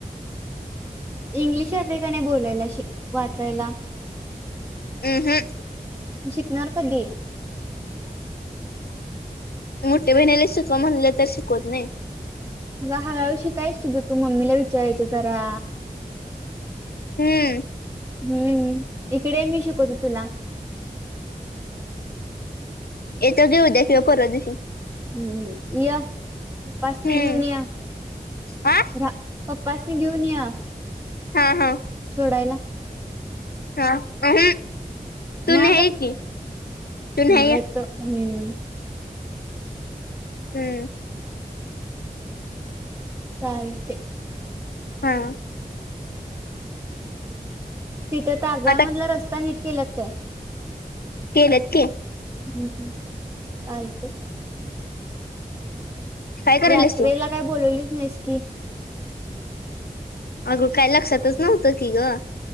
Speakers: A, on the right (about 15°); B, on the left (about 85°).
A: इंग्लिश येतयं काय नाही बोलायला शिक वाचायला.
B: <unintelligible>
A: शिकणार कधी?
B: मोठी बहिणीला शिकवं म्हणंल तर शिकवत नाही.
A: तूला हळूहळू शिकायचं सुध्दा मम्मीला विचारायचं करा.
B: हम्म.
A: हम्म इकडे मी शिकवतो तुला.
B: येतो घे उद्या किंवा परवा दिवशी.
A: हम्म् यं. उपासणी
B: हम्म
A: घेऊन ये
B: हा
A: राहू पप्पासनी घेऊन यं.
B: हा हा
A: सोडायला.
B: हा अहं. तू
A: मग
B: नाही की तू
A: हम्म
B: नाही या.
A: येतो हम्म.
B: हम्म.
A: चालतयं.
B: हा.
A: तिथे तारदाळ
B: आता
A: मधला रस्ता निट केल्यात काय.
B: केल्यात की
A: हम् हम् चालतयं.
B: काय करायलास
A: यात्रेला
B: तू
A: काय बोलवली नाहीस की.
B: अगं काय लक्षातच नव्हतं की ग.